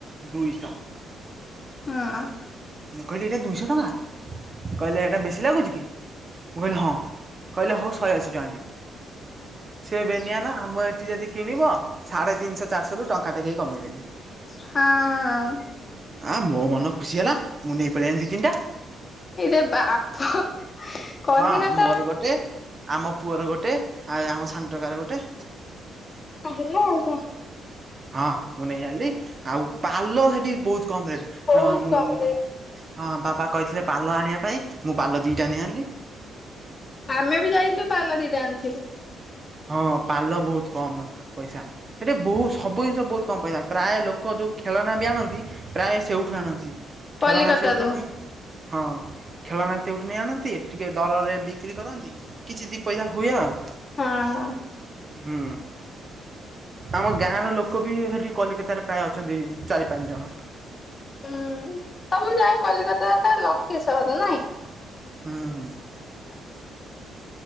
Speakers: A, on the right; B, on the left.
A: ଦୁଇଶହ।
B: ହଁ
A: ମୁଁ କହିଲି, ଏଇଟା ଦୁଇଶହ ଟଙ୍କା। କହିଲେ, ଏଇଟା ବେଶି ଲାଗୁଛି କି? ମୁଁ କହିଲି, ହଁ। କହିଲେ ହଉ, ଶହେ ଅଶୀ ଟଙ୍କା ଦିଅ। ସେ ବେନିଆନ ଆମ ଏଠି ଯଦି କିଣିବ, ସାଢେ ତିନିଶହ ଚାରିଶରୁ ଟ ଙ୍କାଟେ କେଇ କମେଇବେନି।
B: ହଁ ଅ।
A: ଆଁ ମୋ ମନ ଖୁସି ହେଲା ମୁଁ ନେଇ ପଳେଇ ଆଇନି ଦି ତିନିଟା।
B: ଇରେ ବାପ କଲିକତା
A: ହଁ ମୋର ଗୋଟେ ଆମ ପୁଅର ଗୋଟେ ଆଉ ଆମ ସାନ ଟୋକାର ଗୋଟେ।
B: ହଁ ହେଲା ଆଉ କଁ।
A: ହଁ ମୁଁ ନେଇ ଆନଲି ଆଉ ପାଲ ହେଠି ବହୁତ କମ ରେଟେ
B: ବହୁତ
A: ଆଁ ମୁଁ
B: କମ ରେଟ।
A: ମା ହଁ ବାବା କହିଥିଲେ ପାଲ ଆଣିବା ପାଇଁ ମୁଁ ପାଲ ଦିଟା ନେଇ ଆଣିଲି।
B: ଆମେ ବି ଯାଇଥିଲୁ ପାଲ ଦିଟା ଆଣିଥିଲୁ।
A: ହଁ ପାଲ ବହୁତୁ କମ ପଇସା। ହେଟି ବହୁ ସବୁ ଜିନିଷ ବହୁତ କମ ପଇସା ପ୍ରାୟ ଲୋକ ଯୋଉ ଖେଳନା ବି ଆଣନ୍ତି ପ୍ରାୟ ସେଉଠୁ ଆଣନ୍ତି
B: କଲିକତାରୁ
A: ଖେଳନା ସେଉଠୁ ନିି ହଁ ଖେଳନା ସେଉଠୁ ନେଇ ଆଣନ୍ତି ଏଠି ଟିକେ ଦରରେ ବିକ୍ରି କରନ୍ତି। କିଛି ଦି ପଇସା ହୁଏ ଆଉ।
B: ହଁ।
A: ହୁଁ। ଆମ ଗାଁ ର ଲୋକ ବି ସେଠି କଲିକତାରେ ପ୍ରାୟ ଅଛନ୍ତି ଚାରି ପାଞ୍ଚ ଜଣ।
B: ହୁଁ ସବୁ ଯାଇ କଲିକତା ଲକି ସହର ନାଇଁ।
A: ହୁଁ ହୁଁ।